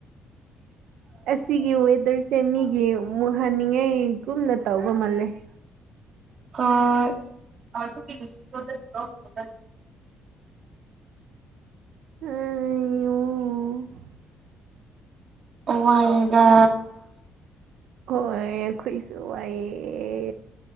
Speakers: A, on the right; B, on the right.
A: ꯑꯁꯤꯒꯤ ꯋꯦꯗꯔꯁꯦ ꯃꯤꯒꯤ ꯃꯨꯠ ꯍꯟꯅꯤꯡꯉꯥꯏ ꯀꯨꯝꯅ ꯇꯧꯕ ꯃꯥꯜꯂꯦ
B: ꯍꯣꯏ <unintelligible>
A: <unintelligible>
B: ꯋꯥꯏꯌꯦꯗ
A: ꯍꯣꯏ ꯑꯈꯣꯏꯁꯨ ꯋꯥꯏꯌꯦ